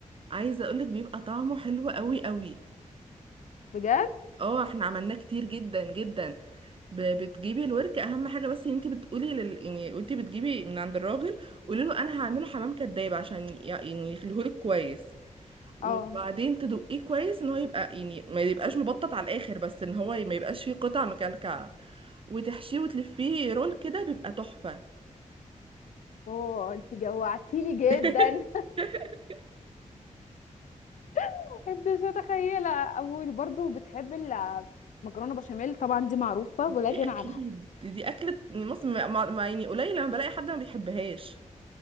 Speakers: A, on the right (about 40°); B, on the left (about 65°).
A: عايزة اقولك بيبقى طعمه حلو قوي قوي
B: بجد
A: اه احنا عملناه كتير جدا جدا ب- بتجيبي الورك اهم حاجه بس انت بتقولي لل... يعني وانت بتجيبي من عند الراجل قولي له انا هعمله حمام كداب عشان ي- يعني يخليهولك كويس وبعدين
B: اه
A: تدقيه كويس ان هو يبقى يعني ما يبقاش مبطط على الاخر بس ان هو ما يبقاش فيه قطع مكلكعه وتحشيه وتلفيه رول كده بيبقى تحفه
B: اوه انت جوعتيني جدا
A: <laughs>
B: <laughs> انت مش متخيله اول برضو بتحب المكرونه بشاميل طبعا دي معروفه
A: دي
B: ولا غنى
A: اكيد
B: عنها
A: دي اكله يعني مصر ما ما- يعني قليل لما بلاقي حد ما بيحبهاش